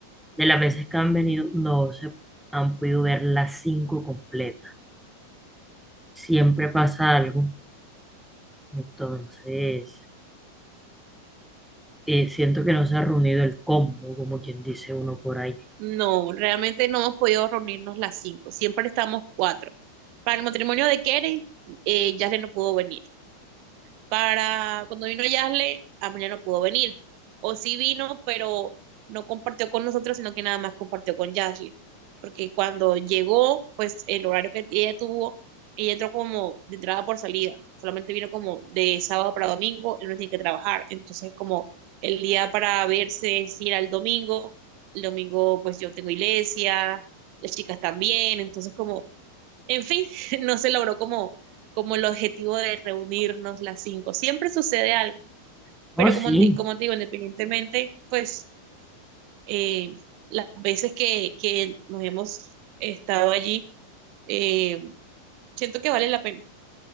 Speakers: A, in the centre; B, on the right.
A: de las veces que han venido, no se han podido ver las cinco completas. Siempre pasa algo. Entonces, eh, siento que no se ha reunido el combo, como quien dice uno por ahí.
B: No, realmente no hemos podido reunirnos las cinco, siempre estamos cuatro. Para el matrimonio de Keren, eh, Yasle no pudo venir. para cuando vino Yasle, Amelia no pudo venir. O sí vino, pero no compartió con nosotros, sino que nada más compartió con Yasle. Porque cuando llegó, pues el horario que ella tuvo, ella entró como de entrada por salida. Solamente vino como de sábado para domingo, él no tiene que trabajar. Entonces, como el día para verse es ir al domingo. El domingo, pues yo tengo iglesia, las chicas también. Entonces, como en fin, <laughs> no se logró como, como el objetivo de reunirnos las cinco. Siempre sucede algo,
A: Oh,
B: pero
A: sí,
B: como, ni- como te digo, independientemente, pues eh, las veces que, que nos hemos estado allí, eh, siento que vale la pena.